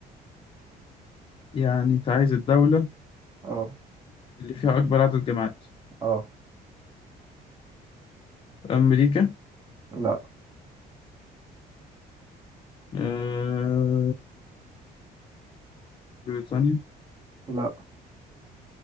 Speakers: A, on the left (about 30°); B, on the right (about 20°).
A: يعني انت عايز الدولة
B: اه
A: اللي فيها أكبر عدد جامعات
B: اه
A: أمريكا
B: لا
A: آه... بريطانيا
B: لا